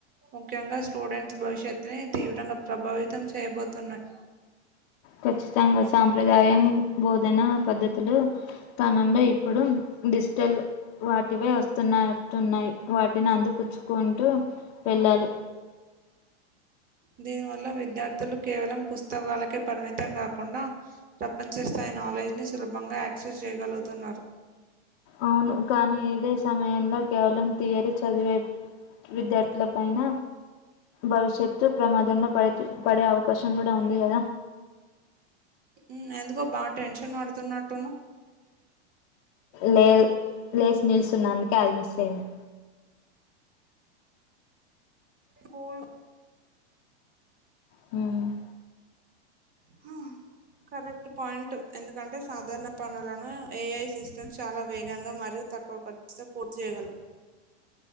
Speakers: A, on the right; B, on the left.
A: ముఖ్యంగా స్టూడెంట్స్ బ భవిష్యత్తుని తీవ్రంగా ప్రభావితం చేయబోతున్నాయి
B: ఖచ్చితంగా సాంప్రదాయం బోధన పద్ధతులు స్థానంలో ఎప్ ప్పుడు డిజిటల్ వాటివే వస్తున్నా తున్నాయి వాటిని అందిపుచ్చుకుంటూ వెళ్ళాలి
A: దీని వల్ల విద్యార్థులు కేవలం పుస్తకాలకే పరిమితం కాకుండా ప్రపంచ స్తాయి నాలెడ్జ్ ని సులభంగా యాక్సెస్ చేయగలుగుతున్నారు
B: అవును కానీ ఇదే సమయంలో కేవలం తీయరి చదివే విద్యార్థుల పైన భవిష్యత్తు ప్రమాదంలో పడ్ పడే అవకాశం కూడా ఉంది కదా
A: మ్ ఎందుకో బాగ టెన్షన్ పడుతున్నట్టున్నవ్
B: లేదు లేసి నిల్సున్న అందుకే అది మిస్ అయింది
A: కూల్
B: మ్
A: హ కరెక్ట్ పాయింట్ ఎందుకంటే సాధారణ పనులను ఏఐ సిస్టమ్ చాలా వేగంగా మరి తక్కువ ఖర్చుతో పూర్తి చేయగలం